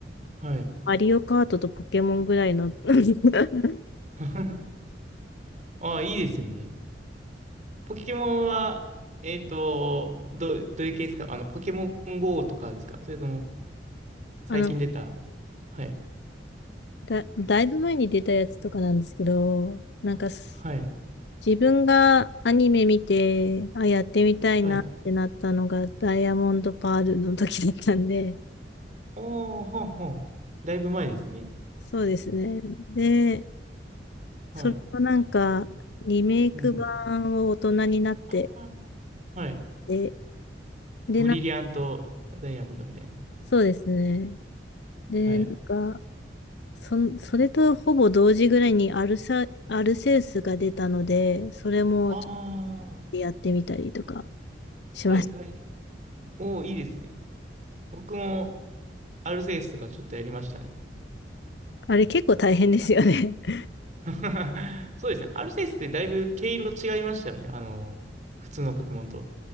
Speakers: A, on the right; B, on the left.
A: はい。
B: マリオカートとポケモンぐらいの <laughs>
A: <laughs> あー、いいですね。ポケモンは、えっと、どう、どういう系ですかあの、ポケモン GO とかですかそれとも、最近出た
B: あの、
A: はい。
B: だ、だいぶ前に出たやつとかなんですけど、なんかす
A: はい。
B: 自分がアニメ見て、あ、やってみたいなってなったのがダイヤモンドパールの時だったんで、
A: はい。おー、ほんほん。だいぶ前ですね。
B: そうですね。で、
A: はい。
B: それのなんかリメイク版を大人になって
A: うん。あーはい。
B: で、で、
A: ブリリアントダイヤモンドみたい
B: な、そうですね。で、
A: な。はい。
B: なんか、そん、それとほぼ同時ぐらいにアルサ、アルセウスが出たので、それもちょっ
A: ああ
B: とやってみたりとかしました。
A: はいはい。おー、いいですね。僕も、アルセウスとかちょっとやりましたね。
B: あれ結構大変ですよね。<laughs>
A: <laughs> そうですね。アルセウスってだいぶ毛色違いましたよね。あの、普通のポケモンと。